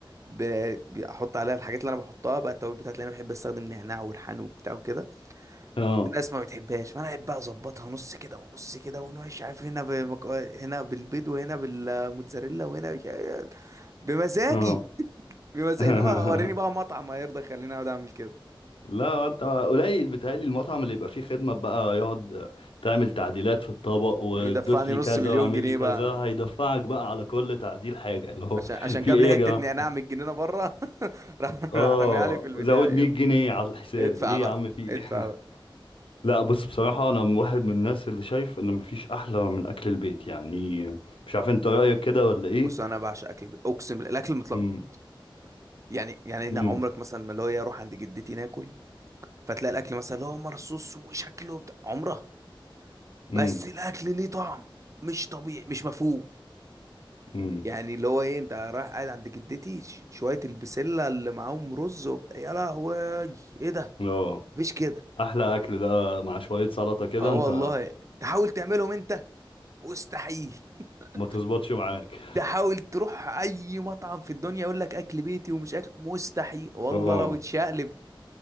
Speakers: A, on the right; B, on the left.
A: ب- بحط عليها الحاجات اللي انا بحطها بقى التوابل بتاعتي اللي انا بحب استخدم نعناع وريحان وبتاع وكده
B: <laughs> اه
A: في ناس ما بتحبهاش فانا قاعد بقى اظبطها نص كده ونص كده ونوش عارف هنا بمك... هنا بالبيض وهنا بالموتزاريلا وهنا مش عارف- إيه. بمزاجي
B: اه
A: بس
B: <laughs>
A: انما وريني بقى مطعم هيرضى يخليني اقعد اعمل كده
B: لا انت قليل بيتهيألي المطعم اللي يبقى فيه خدمة بقى يقعد تعمل تعديلات في الطبق وتضيف
A: يدفعني
B: لي
A: نص
B: كذا
A: مليون
B: واعمل
A: جنيه
B: لي كذا
A: بقى انا
B: هيدفعك بقى على كل تعديل حاجة اللي هو
A: عشان عشان
B: في
A: جاب
B: ايه
A: لي
B: يا
A: حته
B: جماعة
A: نعناع من الجنينه بره <laughs> راح
B: اه
A: راح رميها لي في البتاع
B: زود
A: يبلع
B: 100 جنيه على الحساب
A: ادفع
B: ايه
A: بقى
B: يا عم في
A: ادفع
B: ايه
A: بقى
B: <laughs> لا بص بصراحة انا من واحد من الناس اللي شايف ان مفيش احلى من اكل البيت يعني مش عارف انت رأيك كده ولا ايه
A: بص انا بعشق اكل البيت. اقسم بالله الاكل متلخبط
B: امم
A: يعني يعني انا
B: امم
A: عمرك مثلا ما اللي هو إيه، اروح عند جدتي ناكل فتلاقي الاكل مثلا اللي هو مرصوص وشكله بتاع عمره بس
B: امم
A: الاكل ليه طعم مش طبيعي مش مفهوم
B: امم
A: يعني اللي هو ايه انت رايح قاعد عند جدتي ش- شوية البسلة اللي معاهم رز وبتاع يا لهوي ايه ده
B: اه
A: مفيش كده
B: احلى اكل ده مع شوية سلطة كده
A: اه والله
B: انت
A: تحاول تعملهم انت مستحيل <laughs>
B: ما تظبطش معاك
A: تحاول تروح اي مطعم في الدنيا يقول لك اكل بيتي ومش اكل مستحيل والله
B: اه
A: لو اتشقلب